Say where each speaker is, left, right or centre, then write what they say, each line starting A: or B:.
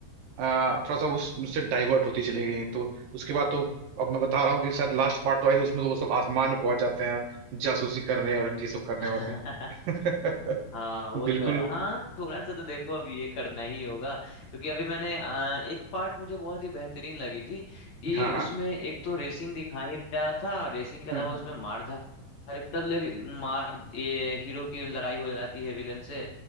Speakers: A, on the right; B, on the left.
A: आ, थोड़ा सा उस उससे डाइवर्ट होती चली गई तो उसके बाद तो अब मैं बता रहा हूँ कि शायद लास्ट पार्ट तो आई तो उसमें तो वो सब आसमान में पहुंच जाते हैं जासूसी करने और ये सब करने
B: <laughs>
A: वरने <laughs>
B: हाँ वो
A: बिल्कुल
B: तो है हाँ थोड़ा सा तो देखो अब ये करना ही होगा क्योंकि अभी मैंने अ, एक पार्ट मुझे बहुत ही बेहतरीन लगी थी कि
A: हाँ
B: उसमें
A: हाँ
B: एक तो रेसिंग दिखा ही रहा था रेसिंग के अलावा
A: हम्म,
B: उसमें मार धाड़ मतलब ले- मार ये हीरो की लड़ाई हो जाती है विलन से